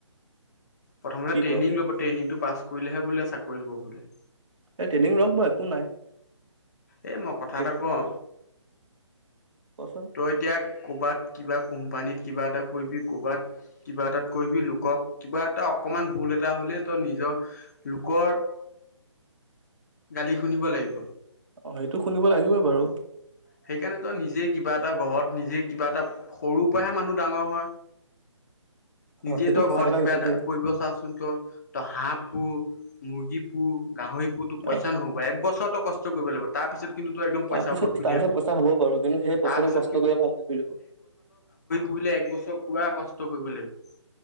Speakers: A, on the left; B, on the right.
A: প্ৰথম
B: কি
A: ট্ৰেইনিং
B: ক
A: ল'ব ট্ৰেইনিংটো পাছ কৰিব? কৰিলেহে বোলে চাকৰি কৰিব বোলে?
B: এই ট্ৰেইনিং লগ বা একো নাই।
A: এই মই কথা
B: সেই
A: এটা কওঁ।
B: কচোন
A: তই এতিয়া কৰবাত কিবা কোম্পানীত। কিবা এটা। কৰিবি কৰ'বাত কিবা এটাত কৰিবি লোকক কিবা এটা অকমান ভুল এটা হ'লে ত নিজৰ লোকৰ। গালি শুনিব লাগিব?
B: অঁ সেইটো শুনিব লাগিবই বাৰু।
A: সেইকাৰণ তো নিজে কিবা এটা ঘৰত নিজে কিবা এটা সৰুৰ পৰাহে মানুহ ডাঙৰ হয়। নিজে
B: অ সেইটো
A: তো
B: সঁচা
A: ঘৰত
B: কথা
A: কিবা
B: কৈছো
A: এটা
B: দেই
A: কৰিব চাচোন। ত হাঁ পু মুৰ্গী পুৰ গাহৰি পুৰতো পইচা
B: অ
A: নহ'ব এক বছৰৰতো কষ্ট কৰিব লাগিব। তাৰ পিছত। কিন্তু তয়
B: তাৰপিছত
A: পইচা ওপৰত হুই
B: তাৰপিছত
A: থাকিব।
B: পইচা হব বাৰু কিন্তু সেই বইচৰো
A: তাৰপিছত
B: কষ্ট কৰিব ভাল লৈলব।
A: পহিলে একবছৰ পুৰা কষ্ট কৰিব লাগিব।